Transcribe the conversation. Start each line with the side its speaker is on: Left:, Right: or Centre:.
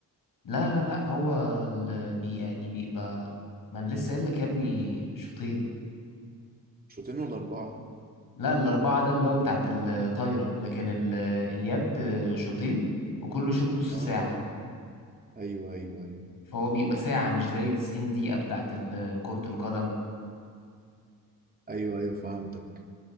Left: لا لا لا هو اللي بي يعني بيبقى ما أنا لسه قايل لك يا ابني شوطين
Right: شوطين ولا أربعة؟
Left: لا الأربعة ده اللي هو بتاعت الطايرة لكن ال- اليد شوطين وكل شوط نص
Right: اه
Left: ساعة
Right: أيوه أيوه أيوه
Left: فهو بيبقى ساعة مش زي 90 دقيقة بتاعت ال- كرة القدم
Right: أيوه أيوه فهمتك